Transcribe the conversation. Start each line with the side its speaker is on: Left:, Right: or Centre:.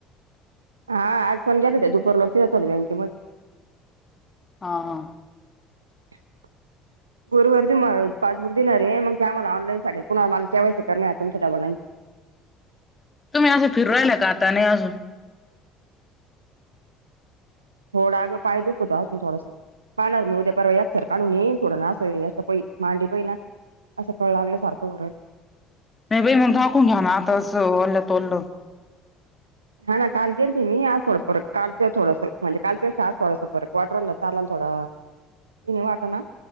Right: हा आज पण घेत दुपार लोक तेचतात बँकेम
Left: हा हा!
Right: <inaudible> गुरुवार ते पासबुक देणार रे मग ते मला ऑनलाईन साठी पुन्हा केवायसी मला करणे आहे अजून मग.
Left: तुम्ही असं फिरू राहियला का आता नाही अजून?
Right: थोडा अग पाय दूखत अजून थोडासा. पाहणार मी उद्या परवा एक्स-रे काढून येईन थोड ना याच मांडी पहिना असं कळ लागल्या सारखं होऊन राहील.
Left: नाही बाई मग दाखवून घ्या ना आता असं वलं तोललं.
Right: हा ना काल गेलते मी आज थोड फरक काल थोडंस म्हणजे कालच्या पेक्षा आज थोडं फरक वाटू लागलं. चालाल थोडा तिन्ही वाट ना.